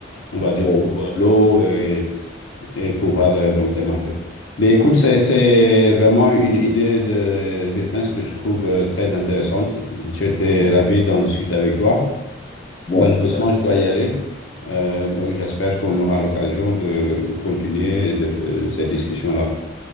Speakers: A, on the left; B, on the left.
A: on va dire,
B: ouais,
A: pour euh, l'eau et, et pouvoir euh, donc démarrer. Mais écoute, c'est, c'est vraiment une idée de business que je trouve euh, très intéressante. J'étais
B: ouais,
A: ravi d'en discuter avec toi.
B: Moi
A: Malheureusement,
B: aussi. hein.
A: je dois y aller. Euh, donc, j'espère qu'on aura l'occasion de continuer de, euh, cette discussion-là.